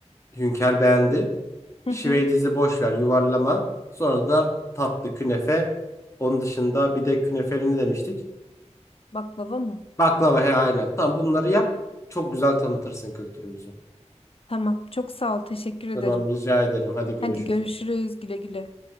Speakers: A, on the left; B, on the left.
A: Hünkar beğendi.
B: hı.
A: Şiveydizi
B: hı.
A: boş ver yuvarlama. Sonra da tatlı künefe. Onun dışında bir de künefeli ne demiştik?
B: Baklava mı?
A: Baklava he aynen. Tamam bunları yap. Çok güzel tanıtırsın kültürümüzü.
B: Tamam. Çok sağ ol. Teşekkür ederim.
A: Tamam rica ederim. Hadi görüşürüz.
B: Hadi görüşürüz. Güle güle.